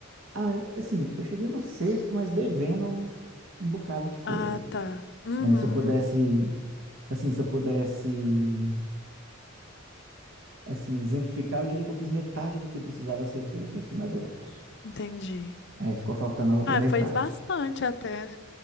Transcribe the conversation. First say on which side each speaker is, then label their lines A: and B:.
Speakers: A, on the right (about 75°); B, on the left (about 60°).
A: Ah, assim, eu cheguei no sexto, mas devendo um um bocado de coisa,
B: Ah, tá. Uhum.
A: né? Se eu pudesse, assim, se eu pudesse, assim, exemplificar, eu diria que eu fiz metade do que precisava ser feito, assim, mais ou menos.
B: Entendi.
A: É, ficou faltando a outra
B: Ah,
A: metade.
B: fez bastante até.